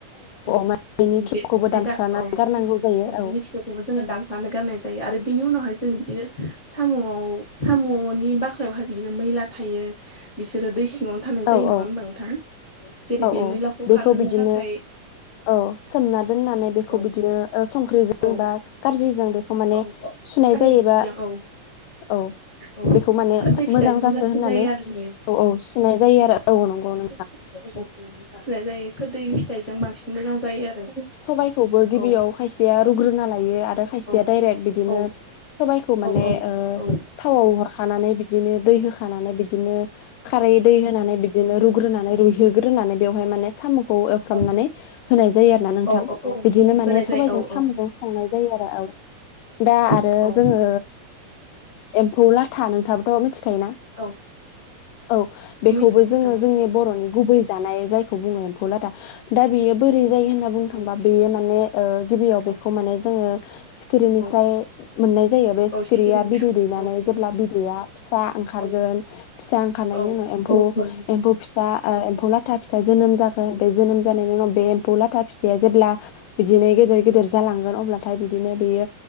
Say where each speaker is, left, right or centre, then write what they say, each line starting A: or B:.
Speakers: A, on the left; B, on the left.
A: औ
B: माने बेनि खिबुखौबो
A: बे बे
B: दानख्लानानै
A: दा औ बेनि
B: गारनांगौ जायो औ
A: खिथ जो दानफनानै गनाय जायो आरो बिनि उनावहाय जो बिदिनो साम सामनि बागख्ला आवहाय बिदिनो मैला थायो। बिसोरो दै सिङावनो थानाय जायो
B: औ
A: नङा
B: औ
A: होमबा? नोंथां' जेरै
B: औ
A: बे
B: औ
A: मैलाखौ
B: बेखौ
A: खारहोनो
B: बिदिनो
A: थाखाय
B: औ सोमना दोननानै बेखौ
A: औ
B: बिदिनो संख्रिजों
A: औ
B: बा गारजिजों बेखौ माने
A: औ
B: सुनाय
A: रोसिजों
B: जायोबा
A: औ
B: औ
A: औ
B: बेखौ माने
A: खोरदै फिथाइजों
B: मोजां
A: मोजांसिन
B: जाथों होननानै
A: जायो आरो माने
B: औ औ सुनाय जायो आरो औ नंगौ नों
A: <inaudible> फिनाय जायो खोरदै फिथाइजों बांसिन मोजां जायो आरो।
B: सबाइखौबो गिबियाव
A: औ
B: खायसेया रुग्रोना लायो आरो खायसेया
A: औ
B: दडायरेक्ट बिदिनो
A: औ
B: सबाइखौ माने
A: औ औ
B: थावाव हरखानानै बि बिदिनो दै होखानानै बिदिनो खारै दै होनानै बिदिनो रुग्रोनानै रुइहोग्रोनानै बेवहाय माने साम'खौ एवफ्रामनानै
A: औ
B: होनाय जायो आरोना नोंथां।
A: औ औ
B: बिदिनो
A: होनाय
B: माने सबाइजों
A: जायो
B: साम'जों
A: औ
B: संनाय जायो आरो। दा
A: औ
B: आरो
A: औ
B: जोङो एम्फौ लाथा नोंथाङाबोथ' मिथिखायोना।
A: औ
B: औ बेखौबो
A: मिथिगौ नोंथां
B: जोङो जोंनि बर'नि गुबै जानाय जायखौ बुङो एम्फौ लाथा दा बेयो बोरै जायो होनना बुंनो
A: औ
B: थांबा बेयो माने गिबियाव बेखौ
A: औ
B: माने जोङो सिखिरिनिफ्राय
A: औ
B: मोननाय जायो। बे सिखिरिया
A: औ सिखिरिनि
B: बिदै दैनानै
A: औ
B: जेब्ला बिदैया फिसा ओंखारगोन
A: औ
B: फिसा ओंखारनायनि
A: औ
B: उनाव एम्फौ-एमफौ
A: गोमोन
B: फिसा एम्फौ लाथा फिसा जोनोम जागोन बे जोनोम जानायनि उनाव बे एम्फौ लाथा फिसाया जेब्ला बिदिनो गेदेर गेदेर जालांगोन अब्लाथाय बिदिनो बेयो